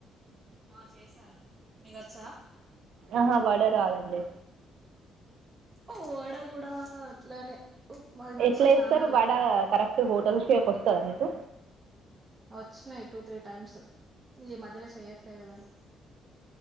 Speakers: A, on the right; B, on the right.
A: ఆ చేశాను మీగచ్చ
B: ఆహా వడ రాదండి
A: ఓ వడ కూడ అట్లనే అది మంచిగా
B: ఎట్ల ఎస్తారు
A: నానాలి
B: వడ కరెక్ట్ హోటల్స్ షేప్ వస్తంద మీకు
A: వచ్చినాయి టూ త్రీ టైమ్స్ ఈ మధ్యలో చెయ్యట్లేదు గాని